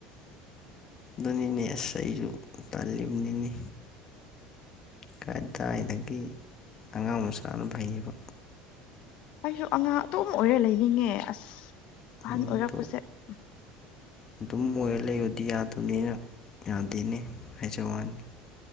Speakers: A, on the left; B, on the left.
A: ꯑꯗꯨꯅꯤꯅꯦ ꯑꯁ ꯑꯩꯁꯨ ꯇꯥꯜꯂꯤꯕ ꯅꯤꯅꯤ ꯀꯥꯏꯗꯥꯏꯗꯒꯤ ꯑꯉꯥꯡ ꯃꯆꯥꯅ ꯐꯩꯌꯦꯕ
B: ꯑꯩꯁꯨ ꯑꯉꯥꯡ ꯑꯇꯨꯝ ꯑꯣꯏꯔꯦ ꯂꯩꯅꯤꯡꯉꯦ ꯑꯁ ꯑꯍꯟ
A: ꯏꯃꯨꯡꯗꯣ
B: ꯑꯣꯏꯔꯛꯄꯁꯦ ꯎ
A: ꯑꯗꯨꯝ ꯑꯣꯏꯔ ꯂꯩꯕꯗꯤ ꯌꯥꯗꯕꯅꯤꯅ ꯌꯥꯗꯦꯅꯦ ꯍꯥꯏꯖ ꯋꯥꯅꯤ